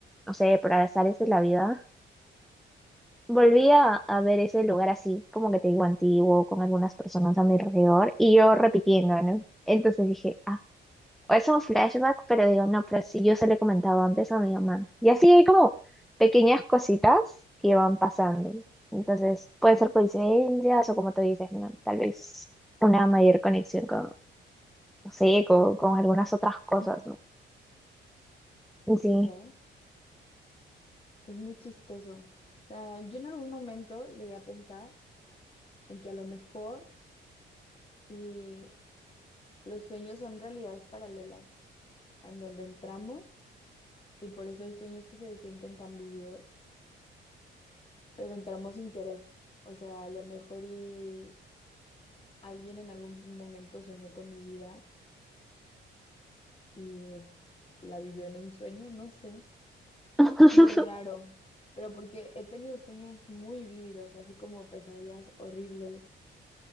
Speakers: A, in the centre; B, on the left (about 30°).
A: no sé, por azares de la vida, volví a, a ver ese lugar así, como que te digo, antiguo, con algunas personas a mi alrededor y yo repitiendo, ¿no? Entonces dije, ah. o es un flashback, pero digo, no, pero si yo se lo he comentado antes a mi mamá. Y así hay como pequeñas cositas que van pasando. Entonces, pueden ser coincidencias o como tú dices, ¿no? Tal vez una mayor conexión con, no sé, con, con algunas otras cosas,
B: Ujú.
A: ¿no?
B: Sí,
A: Sí.
B: sí, ¿eh? Es muy chistoso. O sea, yo en algún momento llegué a pensar en que a lo mejor y los sueños son realidades paralelas en donde entramos y por eso hay sueños que se sienten tan vívidos, pero entramos sin querer. O sea, a lo mejor y alguien en algún momento soñó con mi vida y la vivió en un sueño, no sé.
A: <laughs>
B: Es muy raro pero porque he tenido sueños muy vívidos, así como pesadillas horribles,